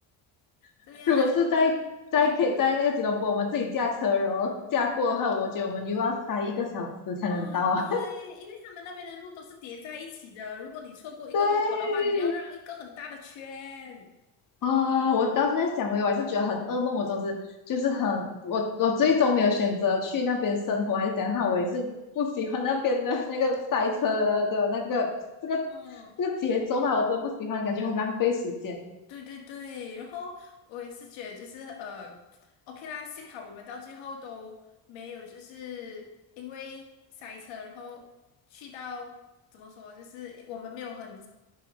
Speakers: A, on the left (about 75°); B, on the left (about 45°).
A: 对呀、
B: <laughs> 如果是在在可以在那个吉隆坡，
A: 而且嗯
B: 我们自己驾车，然后驾过的话，我觉得我们又要塞一个小时才能到啊。
A: 啊、对，因为他们那边的路都是叠在一起的，如果你错过一个路口的话，
B: <laughs> 对
A: 你要绕一个很大的圈。
B: 啊，我当时在想回，我还是觉得很噩梦。我总之就是很，我我最终没有选择去那边生活，还是怎样我也是不喜欢那边的那个塞车的那个这个
A: 嗯
B: 这个节奏吧，我真的不喜欢，感觉很浪费时间。
A: 对对对，然后我也是觉得就是呃，OK 啦，幸好我们到最后都没有就是因为塞车，然后去到怎么说，就是我们没有很，